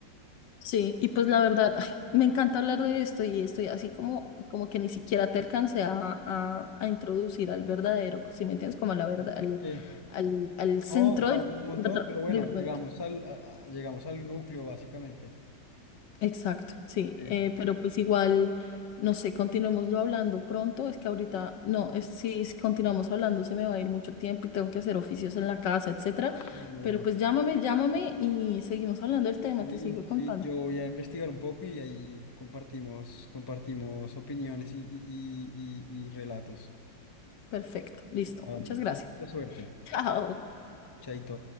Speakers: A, on the left (about 75°); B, on the left (about 25°).
A: Sí, y pues la verdad, ay, me encanta hablar de esto y estoy así como, como que ni siquiera te alcancé a, a, a introducir al verdadero, si me entiendes, como a la verdad, al,
B: sí.
A: al, al centro
B: No, falta
A: del,
B: un montón, pero bueno,
A: del cuento.
B: llegamos al, a- a- llegamos al núcleo básicamente.
A: Exacto, sí,
B: Sí.
A: eh, pero pues igual, no sé, continuémoslo hablando pronto, es que ahorita, no, es, si s- continuamos hablando se me va a ir mucho tiempo y tengo que hacer oficios en la casa, etcétera,
B: Bueno,
A: pero
B: bueno.
A: pues llámame, llámame y seguimos hablando del tema,
B: Sí,
A: te sigo contando.
B: sí, yo voy a investigar un poco y ahí compartimos, compartimos opiniones y, y, y, y- y relatos.
A: Perfecto, listo,
B: Vale.
A: muchas gracias.
B: Mucha suerte.
A: <laughs> Chao.
B: Chaito.